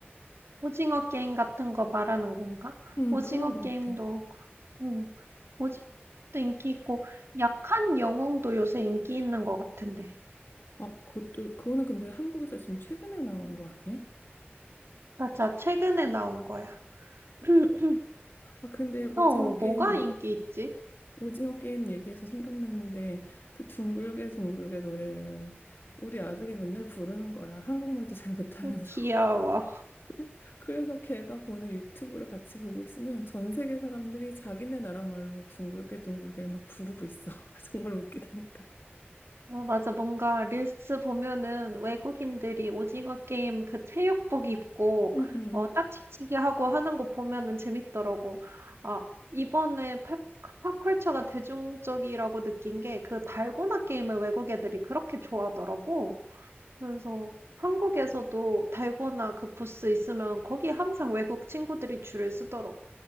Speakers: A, on the right; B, on the left.
A: 오징어 게임 같은 거 말하는 건가?
B: 음,
A: 오징어
B: 그런 것
A: 게임도,
B: 같아.
A: 음, 오징어도 인기 있고, 약한 영웅도 요새 인기 있는 것 같은데.
B: 아, 그것도, 그거는 근데 한국에서 지금 최근에 나온 거 아니야?
A: 맞아, 최근에 나온 거야. <clears throat>
B: 아, 근데 오징어
A: 어, 뭐가
B: 게임,
A: 인기 있지?
B: 오징어 게임 얘기해서 생각났는데 그 둥글게 둥글게 노래를 우리 아들이 맨날 부르는 거야. 한국말도 잘 못하면서.
A: 귀여워.
B: <laughs> 그래서 걔가 보는 유튜브를 같이 보고 있으면 전 세계 사람들이 자기네 나라 말로 둥글게 둥글게 막 부르고 있어. <laughs> 정말 웃기다니까.
A: 아, 맞아. 뭔가 릴스 보면은 외국인들이 오징어 게임 그 체육복 입고
B: 응, 응.
A: 어, 딱지치기 하고 하는 거 보면은 재밌더라고. 아, 이번에 팝, 팝컬처가 대중적이라고 느낀 게 그 달고나 게임을 외국 애들이 그렇게 좋아하더라고. 그래서 한국에서도 달고나 그 부스 있으면 거기 항상 외국 친구들이 줄을 서더라고.